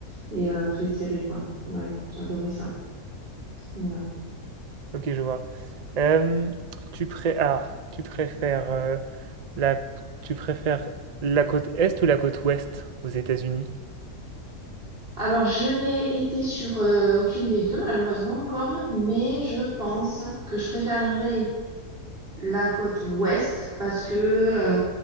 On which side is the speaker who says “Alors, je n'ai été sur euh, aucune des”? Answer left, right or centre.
Right